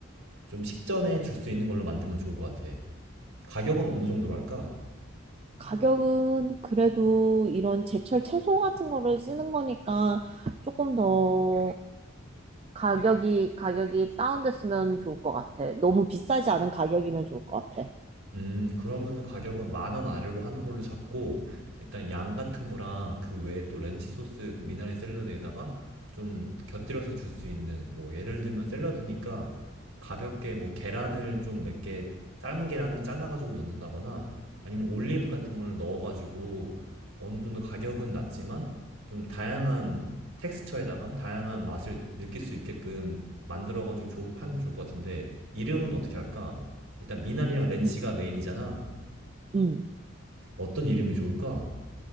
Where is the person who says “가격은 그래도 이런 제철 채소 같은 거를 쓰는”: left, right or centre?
Right